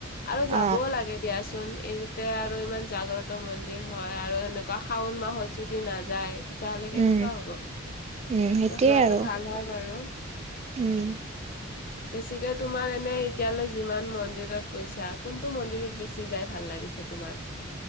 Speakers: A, on the left; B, on the right.
A: আৰু যাবও
B: অ
A: লাগে দিয়াচোন। এইতে আৰু ইমান জাগ্ৰত মন্দিৰ হয় আৰু এেনেকুৱা শাওন মাহত যদি নাযায়। তেতিয়াহলে কেনেকুৱা
B: উম
A: হ'ব,
B: উম সেইটোয়ে
A: ত যোৱাাতটো
B: আৰু
A: ভাল হয় বাৰু।
B: উম।
A: <inaudible> বেছিকে তোমাৰ এনে এতিয়ালৈ যিমান মন্দিৰত গৈছা কোনটো মন্দিৰত বেছি যাই ভাল। ভাল লাগিছে তোমাৰ'